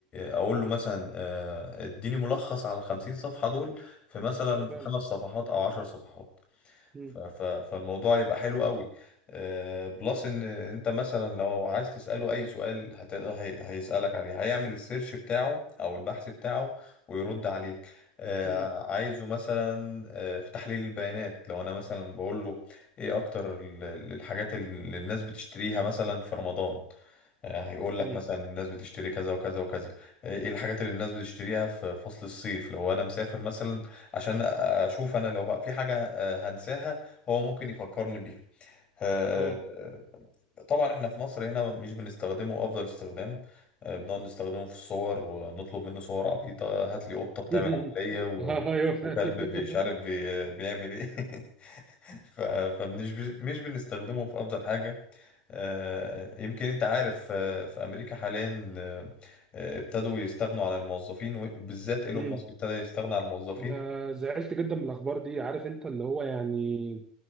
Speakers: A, on the left; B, on the right.
A: اقول له مثلا آه، اديني ملخص على ال 50 صفحه دول في مثلا
B: ايوه
A: في
B: فعلا
A: خمس صفحات او عشر صفحات
B: مم.
A: ف- ف- فالموضوع يبقى حلو قوي آه، بلس ان انت مثلا لو عايز تسأله اي سؤال هتقدر هي- هيسألك عليه هيعمل السيرش بتاعه او البحث بتاعه ويرد عليك آه،
B: مم.
A: عايزه مثلا آه، في تحليل البيانات لو انا مثلا بقول له ايه اكتر ال- ال- الحاجات اللي الناس بتشتريها مثلا في رمضان آه، هيقول لك
B: مم.
A: مثلا الناس بتشتري كذا وكذا وكذا آه، ايه الحاجات اللي الناس بتشتريها في فصل الصيف لو انا مسافر مثلا عشان اشوف انا لو في حاجة آه، هنساها هو ممكن يفكرني بيها آه،
B: اه
A: آه، طبعا احنا في مصر هنا مش بنستخدمه افضل استخدام آه، بنقعد نستخدمه في الصور ونطلب منه صور عبيطة هات لي قطة بتعمل
B: <laughs>
A: عملية و...
B: آه، ايوه فعلا
A: وكلب مش عارف بي... بيعمل ايه <laughs> ف... فمش ب... مش بنستخدمه في افضل حاجة آه، يمكن انت عارف آه، في امريكا حاليا آه، آه، ابتدوا يستغنوا عن الموظفين وبالذات ايلون
B: مم.
A: ماسك ابتدى يستغنى عن الموظفين
B: انا زعلت جدا من الاخبار دي عارف انت اللي هو يعني